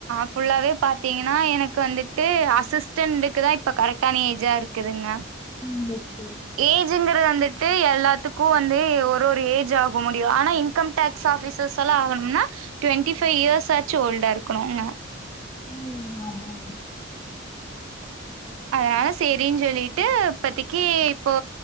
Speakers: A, on the right (about 80°); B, on the left (about 20°).
A: ஃபுல்லாவே பாத்தீங்கன்னா எனக்கு வந்துட்டு அசிஸ்டன்க்குதா இ ப்ப கரெக்டான ஏஜா இருக்குதுங்க
B: ம் ஓகே
A: ஏஜ் ங்கிறது வந்துட்டு எல்லாத்துக்கு வந்து ஒரு ஒரு ஏஜ் ஆக முடியு ஆனா இன் ன்கம் டேக்ஸ் ஆபீசர்ஸ் எல்லா ஆகணும்னா டுவெண்டி ஃபைவ் இயர்ஸ் ஆச்சு ஓல்டா இருக்கணுங்க
B: உம் ஆமா ஆமா
A: அதனால சேரின்னு சொல்லிட்டு இப்பதிக்கு இப்போ